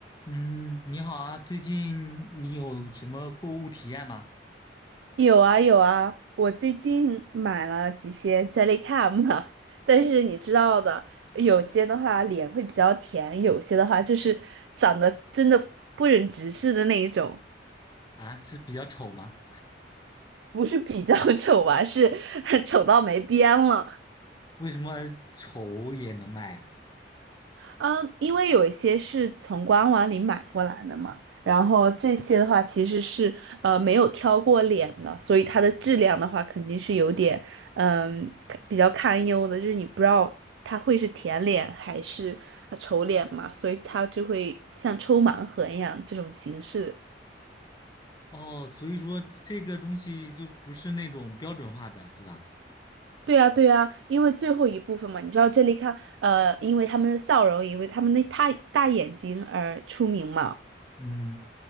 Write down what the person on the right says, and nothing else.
有啊有啊，我最近买了几些 Jellycam，<laughs> 但是你知道的，有些的话脸会比较甜，有些的话就是长得真的不忍直视的那一种，
不是比较 <laughs> 丑吧，是 <laughs> 丑到没边了。
嗯，因为有一些是从官网里买过来的嘛，然后这些的话其实是呃没有挑过脸的，所以它的质量的话肯定是有点嗯比较堪忧的，就是你不知道它会是甜脸还是呃丑脸嘛，所以它就会像抽盲盒一样这种形式。
对啊，对啊，因为最后一部分嘛，你知道这里看呃，因为他们的笑容，因为他们的大大眼睛而出名嘛。